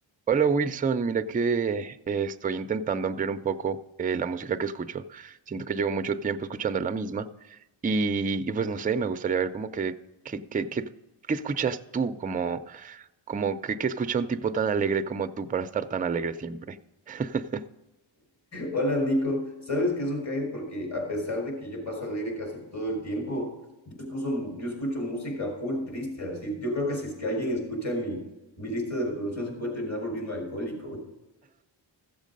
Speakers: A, on the right; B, on the left.
A: Hola Wilson, mira que eh, estoy intentando ampliar un poco eh, la música que escucho. Siento que llevo mucho tiempo escuchando la misma y, y pues no sé, me gustaría ver como que, que, que, que- qué escuchas tú, como, como que, que escucha un tipo tan alegre como tú para estar tan alegre siempre. <laughs>
B: Hola Nico, ¿sabes qué es un cague? Porque a pesar de que yo paso alegre casi todo el tiempo, yo escucho, yo escucho música full triste, así. Yo creo que si es que alguien escucha mi, mi lista de reproducción se puede terminar volviendo alcohólico.